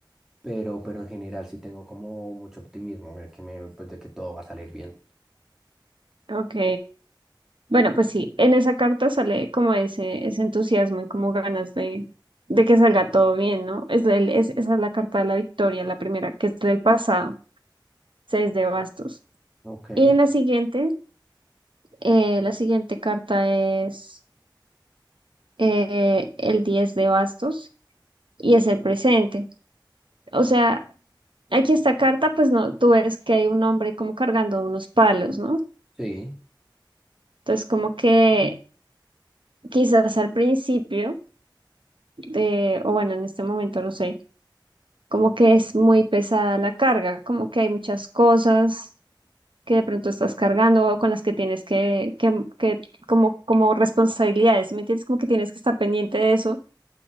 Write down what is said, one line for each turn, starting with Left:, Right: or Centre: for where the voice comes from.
Centre: pero, pero en general sí tengo como mucho optimismo de que me, pues de que todo va a salir bien.
Right: Ok. Bueno, pues sí, en esa carta sale como ese, ese entusiasmo y como ganas de, de que salga todo bien, ¿no? Es, del- es- esa es la carta de la victoria, la primera, que es del pasado, seis de bastos.
Centre: Ok,
Right: Y la siguiente, eh, la siguiente carta es eh, el 10 de bastos y es el presente. O sea, aquí esta carta, pues no, tú ves que hay un hombre como cargando unos palos, ¿no?
Centre: sí,
Right: Entonces, como que quizás al principio, de, o bueno, en este momento, no sé como que es muy pesada la carga, como que hay muchas cosas que de pronto estás cargando o con las que tienes que, que, que como, como responsabilidades, ¿sí ¿me entiendes? Como que tienes que estar pendiente de eso